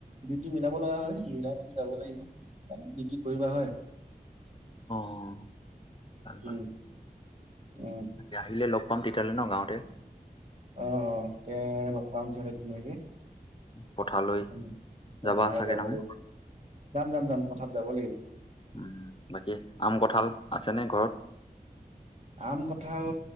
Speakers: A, on the right (about 45°); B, on the left (about 35°).
A: ডিউটি মিলাব লগা হয় মিলাই যাব লাগিব, বাকি ডিউটি কৰিবা হয়।
B: অ' ভাল-ভাল।
A: উম, উম।
B: তাকে আহিলে লগ পাম তেতিয়া হ'লে ন' গাঁৱতে।
A: অ'-অ' তে লগ পাম তে ধুনীয়াকে।
B: পথাৰলৈ
A: উম,
B: যাবা
A: পথাৰলৈ
B: চাগে
A: যাব
B: নহয়
A: লাগিব। যাম-যাম-যাম পথাৰলৈ যাব লাগিব।
B: উম, বাকী আম কঁঠাল আছেনে ঘৰত?
A: আম কঁঠাল,